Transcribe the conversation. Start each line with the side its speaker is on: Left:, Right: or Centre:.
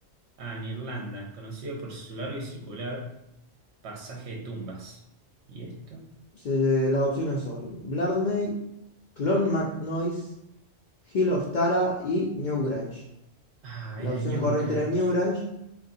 Right: Ah, en Irlanda, conocido por su largo y circular pasaje de tumbas. ¿Y esto?
Left: Se- las opciones son Blarney, Clon MacNoise, Hill of Tara y Newgrange.
Right: Ah,
Left: La
Right: era
Left: opción
Right: Newgrange.
Left: correcta era Newgrange.